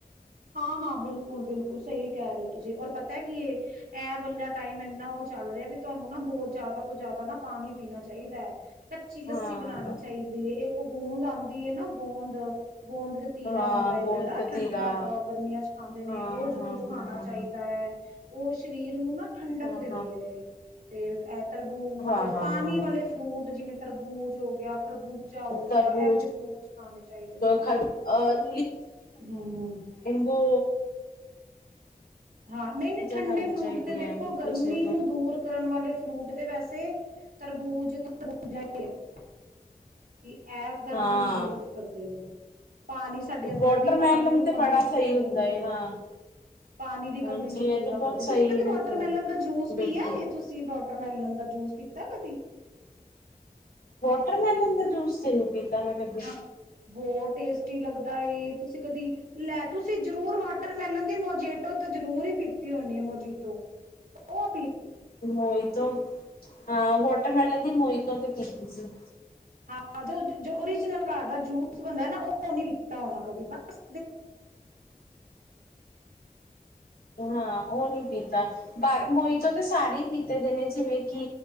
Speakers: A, on the right; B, on the left.
A: ਹਾਂ-ਹਾਂ, ਬਿਲਕੁਲ-ਬਿਲਕੁਲ ਸਹੀ ਕਹਿ ਰਹੇ ਔ ਤੁਸੀਂ, ਔਰ ਪਤਾ ਏ ਕੀ ਏ। ਐ ਵਾਲਾ ਟਾਈਮ ਇੰਨਾ ਉਹ ਚੱਲ ਰਿਹਾ ਵੀ ਤੁਹਾਨੂੰ ਨਾ ਬਹੁਤ ਜ਼ਿਆਦਾ ਤੋਂ ਜ਼ਿਆਦਾ ਨਾ ਪਾਣੀ ਪੀਣਾ ਚਾਈਦੈ। ਕੱਚੀ ਲੱਸੀ
B: ਹਾਂ
A: ਬਣਾਉਣੀ ਚਾਹੀਦੀ ਏ, ਇੱ ਕ ਗੂੰਦ ਆਂਦੀ ਏ ਨਾ, ਗੋਂਦ। ਗੋਂਦ ਗਤੀਰਾ
B: ਹਾਂ
A: ਹੁੰਦਾ ਏ
B: ਗੋਂਦ
A: ਜਿਹੜਾ
B: ਕਤੀਰਾ
A: ਠੰਡਾ ਗਰਮੀਆਂ ਚ ਖਾਂਦੇ ਨੇ,
B: ਹਾਂ
A: ਉਹ ਜ਼ਰੂਰ
B: ਹਾਂ
A: ਖਾਣਾ
B: ਹਾਂ ਹਾਂ
A: ਚਾਹੀਦੈ ਉਹ ਸ਼ਰੀਰ ਜਿਹਨੂੰ ਨਾ ਠੰਡਕ
B: ਹਾਂ ਹਾਂ
A: ਦੇਂਦੇ
B: ਹਾਂ
A: ਨੇ ਤੇ ਐ ਤਰਬੂਜ,
B: ਹਾਂ ਹਾਂ
A: ਪਾਣੀ
B: ਹਾਂ ਹਾਂ
A: ਵਾਲੇ ਫਰੂਟ ਜਿਵੇਂ ਤਰਬੂਜ ਹੋ ਗਿਆ ਖਰਬੂਜਾ ਹੋ
B: ਤਰਬੂਜ
A: ਗਿਆ ਇਹ ਵਾਲੇ ਫਰੂਟਸ ਖਾਣੇ ਚਾਈਦੇ ਨੇ ਨਾ
B: ਖਰ
A: ਤਾਂ।
B: ਅ
A: ਹੂੰ-ਹੂੰ।
B: ਗੋ
A: ਹਾਂ, ਨਈ-ਨਈ ਠੰਡੇ
B: ਖਾਣੀ ਚਾਹੀਦੀਆਂ
A: ਫਰੂਟ ਤੇ ਦੇਖੋ,
B: ਹੈ ਬਿਲਕੁਲ
A: ਗਰਮੀ
B: ਸਹੀ
A: ਨੂੰ ਦੂਰ ਕਰਨ ਵਾਲੇ ਫਰੂਟ ਤੇ ਵੈਸੇ ਤੇ ਤਰਬੂਜ <unintelligible> ਕਿ ਐ ਗਰਮੀ
B: ਹਾਂ
A: ਨੂੰ ਦੂਰ ਕਰਦੇ ਨੇ। ਪਾਣੀ ਸਾਡੇ ਅੰਦਰ
B: ਵਾਟਰਮੈਲਨ
A: ਦੀ ਪਾਣੀ ਨੂੰ,
B: ਤੇ
A: ਕਮੀ
B: ਬੜਾ
A: ਨੂੰ
B: ਸਹੀ ਹੁੰਦਾ
A: ਪੂਰਾ
B: ਹੈ ਹਾਂ
A: ਪਾਣੀ ਦੀ
B: ਹਾਂਜੀ
A: ਕਮੀ ਨੂੰ ਪੂਰਾ
B: ਇਹ ਤੇ ਬਹੁਤ
A: ਕਰਦੇ।
B: ਸਹੀ
A: ਤੁਸੀ ਕਦੇ
B: ਨੇ
A: ਵਾਟਰਮੈਲਨ
B: ਫਰੂਟ
A: ਦਾ ਜੂਸ
B: ਬਿਲਕੁਲ
A: ਪੀਆ ਏ? ਤੁਸੀ ਵਾਟਰਮੈਲਨ ਦਾ ਜੂਸ ਪੀਤ ਤੈ ਕਦੀ?
B: ਵਾਟਰਮੈਲਨ ਦਾ ਜੂਸ ਤੇ ਨੀ ਪੀਤਾ ਮੈਂ ਕਦੇ
A: ਹਾਂ, ਬਹੁਤ ਟੇਸਟੀ ਲੱਗਦਾ ਏ। ਤੁਸੀਂ ਕਦੀ, ਲੈ ਤੁਸੀਂ ਜ਼ਰੂਰ ਵਾਟਰਮੈਲਨ ਦੀ ਮੋਜੀਟੋ ਤੇ ਜ਼ਰੂਰ ਈ ਪੀਤੀ ਹੋਣੀ ਏ, ਮੋਜੀਤੋ। ਔ
B: ਮੋਇਤੋ, ਹਾਂ ਵੋਟ ਟਰਮੈਲਨ ਦੀ ਮੋਈਤੋ ਤੇ ਪੀਤੀ ਸੀ।
A: ਹਾਂ ਜੋ, ਜੋ ਔਰੀਜਨਲ ਘਰ ਦਾ ਜੂਸ ਬਣਦਾ ਏ ਨਾ ਔ ਨੀ ਲਿਤਾ ਹੋਣਾ ਕਦੀ ਬਸ <unintelligible>
B: ਹਾਂ ਉਹ ਨੀ ਪੀਤਾ ਬਾਏ ਮੋਈਤੋ ਤੇ ਸਾਰੇ ਈ ਪੀਤੇ ਦੇ ਨੇ ਜਿਵੇਂ ਕਿ